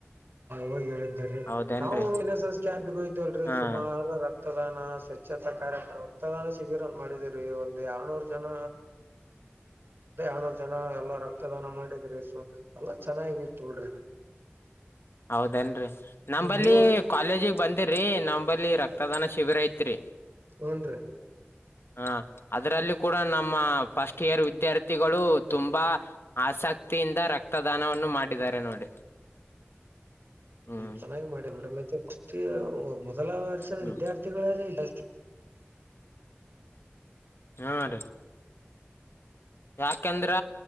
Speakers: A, on the right; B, on the left.
A: ಹೋಗಿ ಹೇಳ್ ರಿ
B: ಹೌದೇನ್ರಿ
A: ನಾವು ಎನ್ ಎಸ್ ಎಸ್ ಕ್ಯಾಂಪಯ್ದವಲ್ರರಿ
B: ಹಾ
A: ಸುಮಾರ ರ ಕ್ತದಾನ ಸ್ವಚ್ಛತಾ ಕಾರ್ಯಕ್ರ ರಕ್ತದಾನ ಶಿಬಿರ ಅಂತ ಮಾಡಿದುರಿ ಒಂದು ಯಳ್ನೂರ ಜನ ಅ ಯಾನರು ಜನ ಎಲ್ಲಾ ರಕ್ತದಾನ ಮಾಡಿದ್ರಿ ಸ ಎಲ್ಲಾ ಚೆನ್ನಾಗಿತ್ತ ಬಿಡ್ರಿ.
B: ಹೌದನ್ರಿ ನಂಬಲ್ಲಿ
A: ನೀವ್ರಿ
B: ಕಾಲೇಜಿಗ ಬಂದಿರ್ರಿ ನಮ ಬಲ್ಲಿ ರಕ್ತದಾನ ಶಿಬಿರ ಐತ್ರಿ.
A: ಹ್ನ್ ರೀ.
B: ಹ ಅದ್ರಲ್ಲಿ ಕೂಡ ನಮ್ಮ ಫಸ್ಟ್. ಕೆರ ವಿದ್ಯಾರ್ಥಿಗಳು ತುಂಬಾ ಆಸಕ್ತಿಯಿಂದ ರಕ್ತದಾನವನ್ನು ಮಾಡಿದ್ದಾರೆ ನೋಡಿ. <inaudible> ಹ್ಮ್
A: ಚೆನ್ನಾಗಿ ಮಾಡಿರಿ ಬಿಡ್ರಿ ಮತ್ತ <unintelligible> ಮೊದಲ ವರ್ಷದ
B: ಹ್ಮ್
A: ವಿದ್ಯಾರ್ಥಿಗಳರಿ. <unintelligible>
B: ಹ ರೀ. ಯಾಕಂದ್ರ.